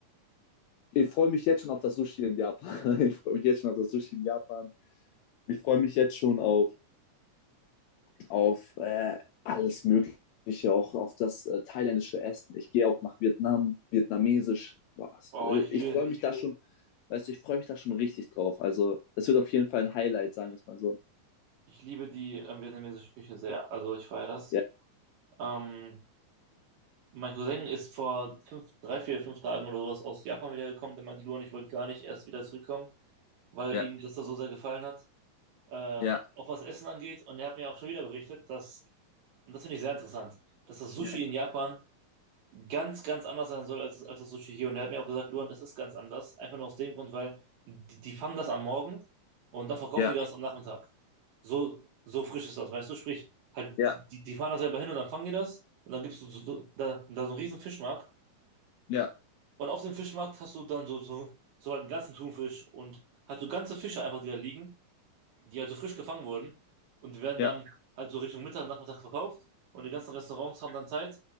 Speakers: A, on the left; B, on the right.
A: ich freue mich jetzt schon auf das Sushi in Japan. <laughs> Ich freue mich jetzt schon auf das Sushi in Japan. Ich freue mich jetzt schon auf auf äh, alles Mögliche, auch auf das äh, thailändische Essen. Ich gehe auch nach Vietnam, vietnamesisch. Boah,
B: Oh,
A: äh,
B: ich liebe,
A: ich freue mich da schon, weißt du, ich freue mich da schon richtig drauf. Also, es wird auf jeden Fall ein Highlight, sagen wir es mal so.
B: ich liebe die ähm, vietnamesische Küche sehr. Also ich feiere das.
A: Ja,
B: Ähm, Mein Cousin ist vor fünf, drei, vier, fünf Tagen oder sowas aus Japan wiedergekommen. Der meinte, Luan, ich wollte gar nicht erst wieder zurückkommen, weil
A: Ja,
B: ihm das da so sehr gefallen hat, äh, auch
A: ja,
B: was Essen angeht. Und er hat mir auch schon wieder berichtet, dass, und das finde ich sehr interessant, dass das Sushi
A: ja,
B: in Japan ganz, ganz anders sein soll als, als das Sushi hier. Und er hat mir auch gesagt, Luan, das ist ganz anders. Einfach nur aus dem Grund, weil die, die fangen das am Morgen und dann verkaufen
A: ja,
B: die das am Nachmittag. So, so frisch ist das, weißt du? Sprich, halt,
A: ja,
B: die, die, die fahren da selber hin und dann fangen die das. Und dann gibt's so, so, so- da, da so einen riesen Fischmarkt.
A: ja,
B: Und auf dem Fischmarkt hast du dann so, so, so halt einen ganzen Thunfisch und halt so ganze Fische einfach, die da liegen, die halt so frisch gefangen wurden. Und die werden
A: ja.
B: dann halt so Richtung Mittag, Nachmittag verkauft. Und die ganzen Restaurants haben dann Zeit,